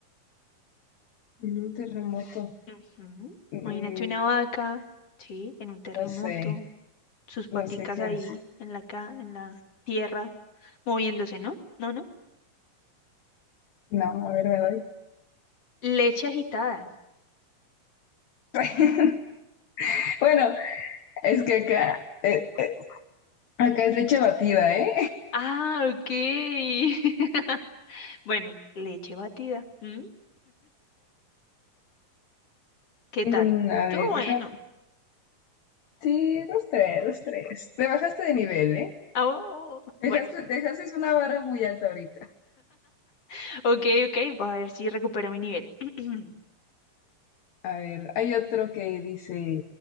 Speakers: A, on the left (about 60°); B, on the left (about 45°).
A: En un terremoto.
B: Ujú,
A: Mm,
B: Imagínate una vaca, ¿sí? En un terremoto,
A: no sé,
B: sus paticas
A: no sé qué
B: ahí
A: hace.
B: en la, ca- en la tierra, moviéndose, ¿no? No, no.
A: No, a ver, me doy.
B: Leche agitada.
A: <laughs> Bueno, es que acá, eh, eh, acá es leche batida, ¿eh?
B: Ah, ok. <laughs> Bueno, leche batida. ¿m? ¿Qué
A: Mm,
B: tal?
A: a
B: Todo
A: ver,
B: bueno.
A: deja. Sí, los tres, los tres. Te bajaste de nivel, ¿eh?
B: Ah, oh,
A: Dejaste,
B: bueno,
A: dejaste una vara muy alta ahorita.
B: <laughs> ok, ok, voy a ver si recupero mi nivel. <clears throat>
A: A ver, hay otro que dice